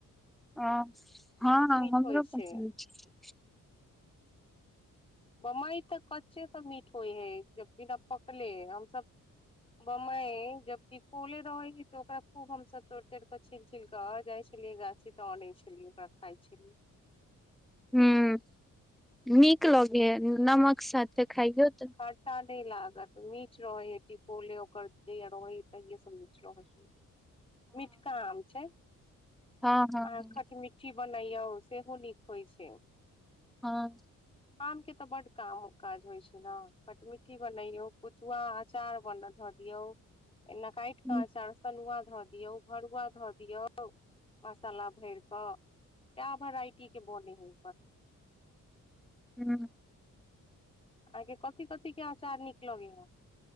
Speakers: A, in the centre; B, on the left.
A: ओ हँ हँ
B: मीठ
A: हमरो
B: होइ छै
A: पसन्द छै
B: बम्बाई तऽ कच्चे सब मीठ होइ है जब बिना पकले ह हमस बम्बई जब क कोले रहे ह तो ओकरा खूब हमस तोड़ तोड़ के छील छिल के जाय छै छलै गाछी तऽ अने छली ओकरा खाय छलै
A: ह नीक लगे नमक साथे खाइयौ तऽ
B: अ टा नहि लागत नीच रहे ह टिकोले ओकर रहै तहिये सब नीच रहै
A: <inaudible>
B: मिटका आम छै
A: हँ हँ
B: आ
A: हँ
B: खट पुठी बनैयौ सेहो नीक होइ छै
A: हँ
B: आम के तऽ बड्ड काम हो काज होइ छै नऽ खटमीट्ठी बनैयौ कुचुआ अचार बन-धऽ दियौ एना काइट
A: हूँ
B: कऽ अचार तनुआ धऽ दियौ भरुआ धऽ दियौ मसाला भर कऽ क्य भराइटी के बोने है
A: हू
B: आहाँके कथि कथी के अचार निक लगे हे